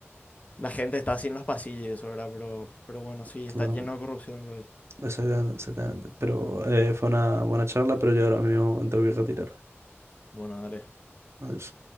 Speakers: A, on the left (about 30°); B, on the right (about 70°).
A: La gente está así en los pasillos, y eso, ¿verdad? Pero, pero bueno, sí,
B: Totalmente.
A: está lleno de corrupción el país.
B: Exactamente, exactamente. Pero eh, fue una buena charla, pero yo ahora mismo me tengo que retirar.
A: Bueno, dale.
B: Adiós.